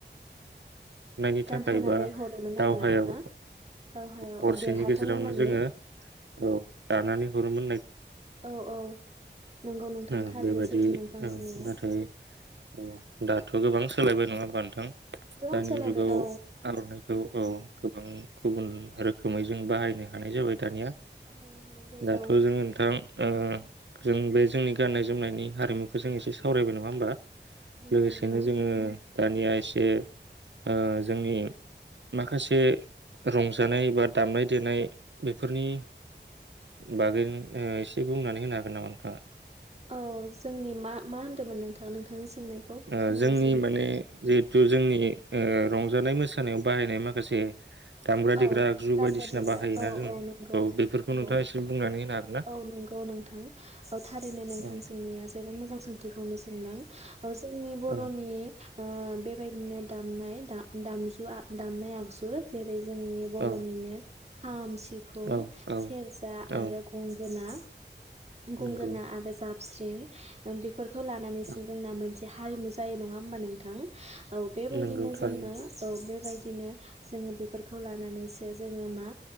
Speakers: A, on the right; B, on the right.
A: हरनायनि
B: गानहोनानै
A: थाखाय बा
B: हरोमोन
A: दावहायाव
B: आरो ना ना? दावहायाव
A: हरसेनि
B: औ देरहाथों
A: गेजेरावनो
B: होननानै।
A: जोङो औ दानानै हरोमोन नाय
B: औ औ। नंगौ नोंथां
A: औ
B: थारैनो
A: बेबायदि
B: सैथो नोंथां
A: औ
B: बुंनाया
A: नाथाय औ दाथ' गोबां सोलायबाय नङा होमबा नोंथां?
B: गोबां
A: दानि
B: सोलायबाय
A: जुगाव
B: औ
A: आर'नाइखौ औ। गोबां गुबुन रोखोमै जों बाहायनो हानाय जाबाय दानिया।
B: बाहायनो हानाय जायो
A: दाथ'
B: औ
A: जोङो नोंथां ओ जों बे जोंनि गाननाय जोमनायनि हारिमुखौ जों एसे सावरायबाय नङा होमबा?
B: नंगौ
A: लोगोसेनो
B: नोंथां
A: जोङो दानिया एसे ओ जोंनि माखासे ए रंजा जानाय बा दामनाय देनाय बेफोरनि बागै ओ एसे बुंनानै होनो हागोन नामा नोंथाङा?
B: औ जोंनि मा मा होनदोंमोन नोंथाङा नोंथां सोंनायखौ
A: ओ
B: खोनायासैमोन
A: जोंनि माने जिहेथु जोंनि उम रंजानाय मोसा नायाव बाहायनाय माखासे दामग्रा
B: औ
A: देग्रा आगजु
B: दामग्रा
A: बायदिसिना
B: देग्रा
A: बाहायोना
B: औ
A: जोङो
B: औ नंगौ
A: बेफोरखौ
B: औ
A: नोंथाङा एसे बुंनानै होनो हागोन ना?
B: औ नंगौ नोंथां औ थारैनो नोंथां
A: औ
B: सोंनाया जोबोद मोजां सोंथिखौनो सों दों ओ जोंनि बर'नि
A: औ
B: ओ बे बेबायदिनो दामनाय दा-दामजु आ दामनाय आगजु जेरै जोंनि बर'निनो
A: औ
B: खाम सिफुं
A: औ औ
B: सेरजा आरो
A: औ
B: गंगोना। गंगोना
A: नंगौ
B: आरो जा स्रिं ओ बे फोरखौ लानानैसो
A: औ
B: जोंना मोनसे। बे हारिमु जायो नङा होमबा नोंथां। औ बेबायदिनो
A: नंगौ थारैनो
B: जोङो औ बेबाय बिदिनो जोङो बे फोरखौ लानानैसो जोङो मा